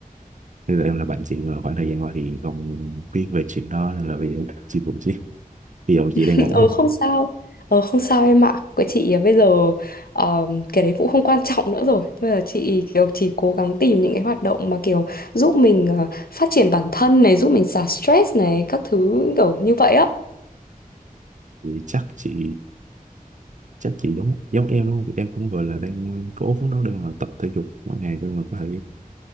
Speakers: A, on the right; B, on the left.
A: bây giờ em là bạn chị nhưng mà khoảng thời gian qua thì không biết về chuyện đó nên là bây giờ chia buồn chị. Bây giờ chị
B: <laughs>
A: đang ổn
B: Ờ
A: không?
B: không sao. Ờ không sao em ạ. Của chị ờ, bây giờ ờ, cái đấy cũng không quan trọng nữa rồi. Bây giờ chị kiểu chỉ cố gắng tìm những cái hoạt động mà kiểu giúp mình ờ, phát triển bản thân này, giúp mình xả stress này, các thứ kiểu như vậy á.
A: Thì chắc chị chắc chị giống giống em đúng không? Em cũng gọi là đang cố phấn đấu để mà tập thể dục mỗi ngày để mà có thể